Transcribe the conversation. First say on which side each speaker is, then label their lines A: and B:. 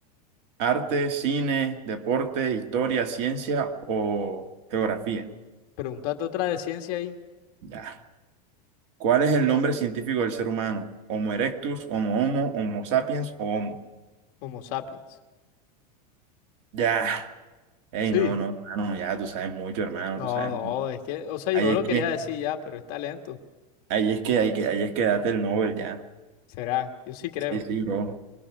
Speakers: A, on the right; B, on the left.
A: ¿Arte, cine, deporte, historia, ciencia o geografía?
B: Pregúntate otra de ciencia ahí.
A: Ya. ¿Cuál es el nombre científico del ser humano? ¿Homo erectus, Homo homo, Homo sapiens o Homo?
B: Homo sapiens.
A: Ya. Ey,
B: Sí.
A: no, no, hermano, ya tú sabes mucho, hermano,
B: No,
A: tú sabes
B: no,
A: mucho.
B: es que, o sea,
A: Ahí
B: yo no
A: es
B: lo quería
A: que,
B: decir ya, pero está lento.
A: ahí es que, ahí que, ahí es que date el Nobel, ya.
B: Será, yo sí creo.
A: Sí, sí, bro.